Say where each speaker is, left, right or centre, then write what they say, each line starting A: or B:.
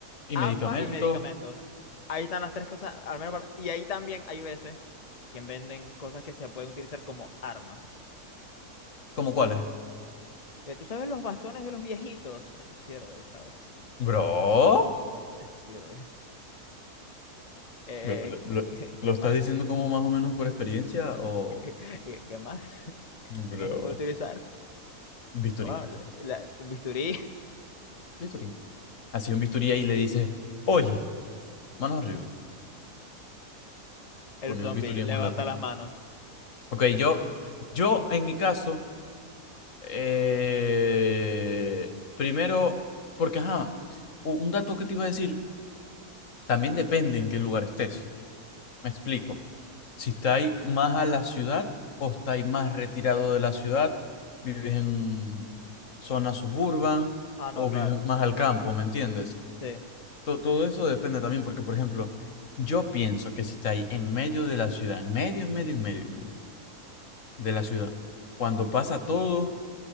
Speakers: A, on the left; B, on the left.
A: y
B: agua
A: medicamentos,
B: y medicamentos. Ahí están las tres cosas, al menos para- Y ahí también hay veces que venden cosas que se pueden utilizar como armas.
A: ¿cómo cuáles?
B: Eh, ¿Tú sabes los bastones de los viejitos? Eso sirve, ¿sabes?
A: Bro,
B: Eso sirve. Eh,
A: Pero lo, lo-
B: ¿qué, qué
A: ¿lo estás
B: más?
A: diciendo como más o menos por experiencia o
B: <laughs> ¿Qué, más? <laughs> ¿Qué
A: bro,
B: más se puede utilizar?
A: bisturí?
B: Bueno, la- un bisturí.
A: Bisturí. Así un bisturí ahí le dices, oye, manos arriba,
B: El
A: pone
B: zombie
A: un bisturí
B: levanta
A: en un lápiz.
B: las manos.
A: Ok, yo, yo en mi caso, eh, primero, porque ajá, u- un dato que te iba a decir, también depende en qué lugar estés. Me explico. Si estáis más a la ciudad o estáis más retirado de la ciudad, vives en zona suburban
B: Ah,
A: o
B: no, claro.
A: vives más al campo, ¿me entiendes?
B: Sí.
A: To- todo eso depende también, porque, por ejemplo, yo pienso que si estáis en medio de la ciudad, en medio, en medio, en medio, en medio de la ciudad, cuando pasa todo,